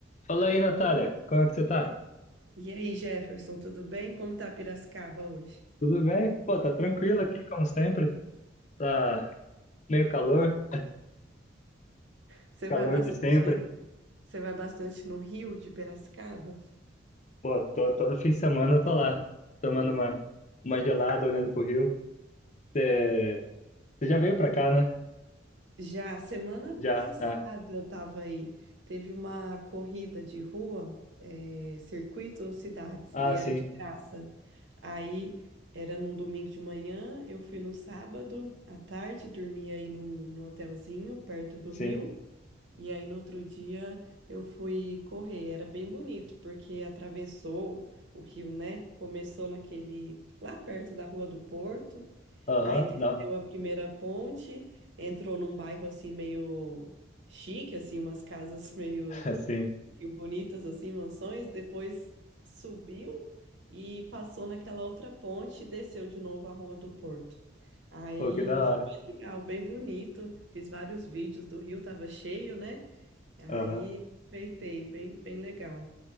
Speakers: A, on the left (about 40°); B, on the right (about 70°).
A: Fala aí, Natália, como é que você tá?
B: E aí, Jefferson, tudo bem? Como tá Piracicaba hoje?
A: Tudo bem? Pô, tá tranquilo aqui, como sempre. Tá meio calor,
B: Você
A: calor
B: vai bastante,
A: de sempre.
B: você vai bastante no Rio de Piracicaba?
A: Pô, tô, todo fim de semana eu tô lá, tomando uma, uma gelada, olhando pro rio. Você você já veio pra cá, né?
B: Já semana
A: Já.
B: passada
A: Ah,
B: eu tava aí, teve uma corrida de rua, eh, circuito cidades,
A: ah
B: e era
A: sim,
B: de graça. Aí era num domingo de manhã, eu fui no sábado à tarde, dormi aí num, num hotelzinho perto do
A: sim.
B: Rio. E aí no outro dia eu fui correr, era bem bonito, porque atravessou o rio, né? Começou naquele lá perto da Rua do Porto,
A: Aham,
B: aí desceu
A: não.
B: a primeira ponte, entrou num bairro assim meio chique, assim, umas casas <laughs> meio,
A: <laughs> Sim.
B: meio bonitas assim, mansões, depois subiu e passou naquela outra ponte e desceu de novo a Rua do Porto. Aí
A: Pô, que da
B: foi
A: hora.
B: bem legal, bem bonito. Fiz vários vídeos do rio, tava cheio, né? Aí
A: Aham.
B: aproveitei, bem, bem legal.